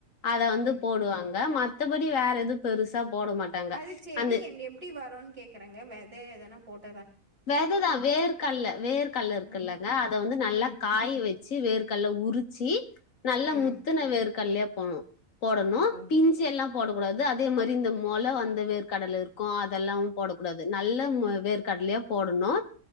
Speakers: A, on the left; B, on the right.
A: அத வந்து
B: ம்.
A: போடுவாங்க மாட் மத்தபடி வேற எது பெருசா போட மாட்டாங்க
B: அது செடி
A: அந்த
B: என் எப்டி வரும்ன்னு கேக்குறேங்க வே த எதனா போட்
A: வெததான் வேர்க்கல்ல வேர்க்கல்ல இருக்குல்லங்க
B: ம்.
A: அதை வந்து நல்லா
B: ம்.
A: காய வச் ச்ச வேர்கல்ல உரிச்சி நல்லா
B: ம்.
A: முத்துணவேர் கல்யா போனும் போடணும்
B: ஓ!
A: பிஞ்சி எல்லாம் போடக்கூடாது அதே மாரி இந்த மொல வந்த வேர்க்கடல இருக்கும் அதெல்லாம் போடக்கூடாது நல்ல வேர்க்கட்லய போடணும்